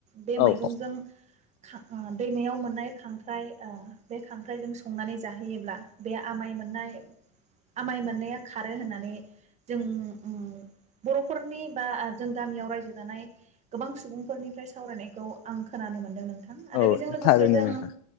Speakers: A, on the right (about 35°); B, on the left (about 50°).
A: बे
B: औ
A: मैगंजों खा दैमायाव मोन नाय खांख्राइ ओ बे खां ख्राइजों संनानै जाहोयोब्ला बे आमाय मोननाय आमाय मोननाया खारो होननानै जों उम बर'फोरनि बा जों गामियाव रायजो जानाय गोबां सुबुंफोरनिफ्राय सावरायनायखौ आं खोनानो मोन्दों । थां आरो
B: औ
A: बेजों लोगोसे
B: थारैनो
A: जों
B: नोंथां